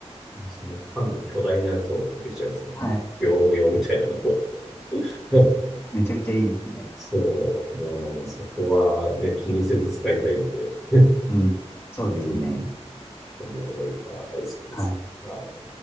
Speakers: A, in the centre; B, on the left (about 20°).
A: その缶の巨大なやつを買ってきちゃいますね。
B: はい。
A: 業務用みたいなのを。<laughs>
B: めちゃくちゃいいですね。
A: そう、もうなんかそこはね、気にせず使いたいんで。<laughs>
B: うん。そうですね。
A: うん、あの、ワイパー大好きですね。
B: はい。
A: はい。